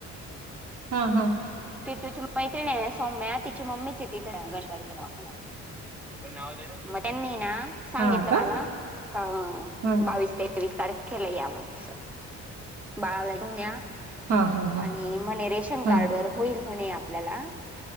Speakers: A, on the right (about 70°); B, in the centre.
A: हा हा
B: टिटूची मैत्रिणय ना सौम्या तिची मम्मीचय तिथं गणेशवाडीच्या दवाखान्यात <inaudible> मग त्यांनीय ना सांगितलं
A: हा का
B: मला का
A: हा
B: बावीस, तेवीस तारखेला या म्हणून बाळाला घेऊन
A: हा हा हा
B: आणि म्हणे रेशन
A: हा
B: कार्ड वर होईल म्हणे आपल्याला,